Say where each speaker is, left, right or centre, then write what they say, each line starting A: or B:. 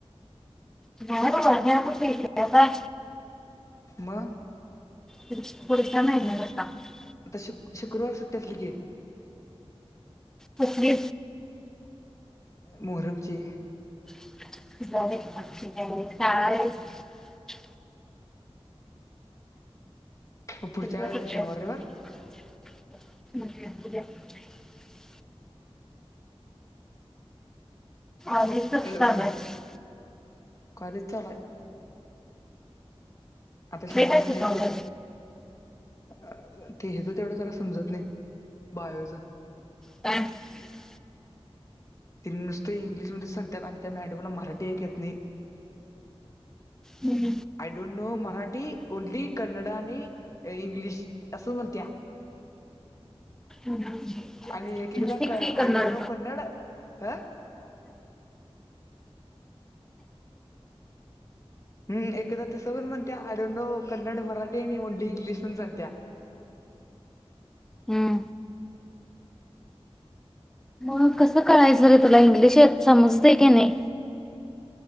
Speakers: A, in the centre; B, on the left.
A: न्हाय बाबा म्या कुठना येते बाबा
B: म
A: पीक पुढच्या महिन्यातच टाकते.
B: आता शु शुक्रवार सुट्टी असली की,
A: कसली
B: मोहरम ची
A: <unintelligible>
B: म पुढच्या
A: परफेक्ट
B: शनवार रयवार
A: <unintelligible> आधीच कस
B: हॅलो
A: सांगणार मी
B: कॉलेज चालू हाय आता शनवार
A: आहे सुचवलं
B: ने आता अ ते हे तर तेवढं जरा समजत नाय बायोच
A: काय म्हणत होती.
B: तिनं नुसतं इंग्लिशमध्ये सांगत्यात आणि त्या मॅडमला मराठी एक येत नाई.
A: Hmm
B: I don't know Marathi only Kannada आणि इंग्लिश असं म्हणत्या
A: <unintelligible>
B: आणि एक
A: नुसती
B: एकदा क
A: की करणार
B: आय डोंट नो कन्नड ह हूं एकदा तसं पण म्हणत्या I don't know Kannada Marathi आणि ओनली इंग्लिश पण सांगत्या
A: हम्म म कसं कळायचं रे तुला इंग्लिश येत समजतय काय नाय.